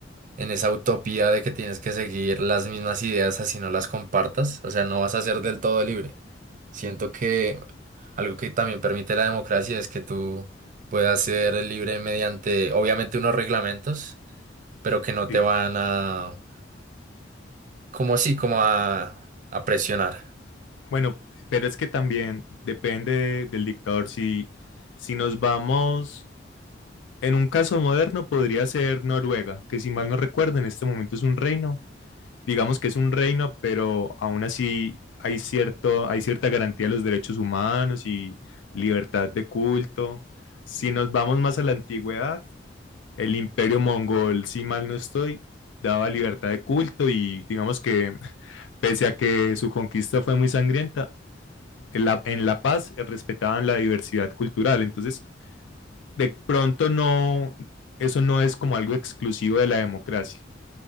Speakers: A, on the right; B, on the left.
A: en esa utopía de que tienes que seguir las mismas ideas así no las compartas, o sea, no vas a ser del todo libre. Siento que algo que también permite la democracia es que tú puedas ser libre mediante, obviamente, unos reglamentos, pero que no
B: Sí.
A: te van a, como así, como a, a presionar.
B: Bueno, pero es que también depende del dictador. Si, si nos vamos, en un caso moderno podría ser Noruega, que si mal no recuerdo, en este momento es un reino. Digamos que es un reino, pero aún así hay cierto, hay cierta garantía de los derechos humanos y libertad de culto. Si nos vamos más a la antigüedad, el imperio mongol, si mal no estoy, daba libertad de culto y digamos que pese a que su conquista fue muy sangrienta, en La, en La Paz eh, respetaban la diversidad cultural. Entonces, de pronto no, eso no es como algo exclusivo de la democracia.